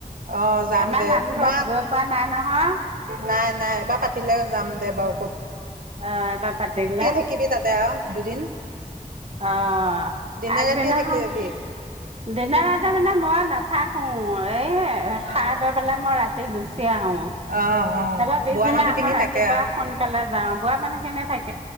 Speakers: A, on the right; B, on the right.
A: অ যাম
B: আমাৰ
A: দে
B: নামঘৰত
A: মই
B: গৈ পোৱা নাই নহয়
A: নাই নাই বা পাতিলে যাম দে বাও
B: আহ এইবাৰ পাতিলে
A: থাকিবি তাতে আৰু দুদিন
B: আহ
A: দিনে
B: আগদিনাখন
A: ৰাতিয়ে থাকিবি
B: দিন ৰাতিয়ে মানে মই নাথাক অ এ খাই
A: অ
B: বৈ পেলাই মই ৰাতি গুচি আহো
A: অ অ
B: তপৰা পিছদিনা
A: বুঢ়া মানুহখিনি
B: আকৌ ৰাতিপুৱা
A: থাকে
B: সোনকালে যাওঁ মান কেনে থাকে